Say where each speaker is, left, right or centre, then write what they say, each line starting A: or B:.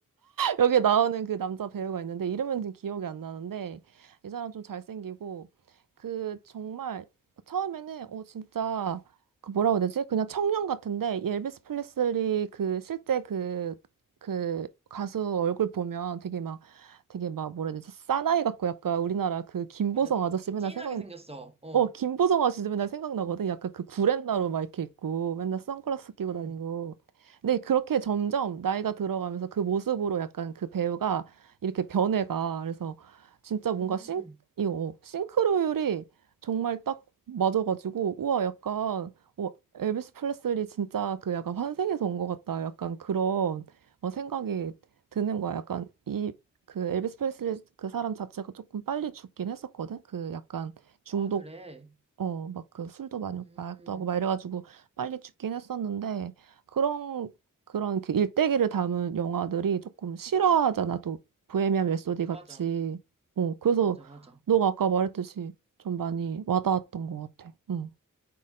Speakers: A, on the right; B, on the right.
A: 여기 나오는 그 남자 배우가 있는데 이름은 지금 기억이 안 나는데 이 사람 좀 잘생기고 그 정말 처음에는 어 진짜 그 뭐라고 해야 되지? 그냥 청년 같은데 이 엘비스 프레슬리 그 실제 그 그 가수 얼굴 보면 되게 막 되게 막 뭐라 해야 되지? 싸나이 같고 약간 우리나라 그 김보성
B: 맞아.
A: 아저씨 맨날
B: 찐하게
A: 생각
B: 생겼어. 어.
A: 어, 김보성 아저씨도 맨날 생각나거든. 약간 그 구렛나루 막 이렇게 있고, 맨날 선글라스 끼고
B: 음.
A: 다니고. 근데 그렇게 점점 나이가 들어가면서 그 모습으로 약간 그 배우가 이렇게 변해가. 그래서 진짜
B: 음.
A: 뭔가 싱, 이, 어, 싱크로율이 정말 딱 맞아가지고, 우와, 약간, 어, 엘비스 프레슬리 진짜 그 약간 환생해서 온 것 같다. 약간 그런 어, 생각이 드는 거야. 약간 이, 그 엘비스 프레슬리 그 사람 자체가 조금 빨리 죽긴 했었거든. 그 약간 중독
B: 아, 그래.
A: 어, 막 그 술도 많이 먹고
B: 음.
A: 마약도 하고 막 이래가지고 빨리 죽긴 했었는데 그런 그런 그 일대기를 담은 영화들이 조금 실화잖아 또 보헤미안 랩소디
B: 맞아.
A: 같이 어 그래서
B: 맞아, 맞아.
A: 너가 아까 말했듯이 좀 많이 와닿았던 것 같아 응.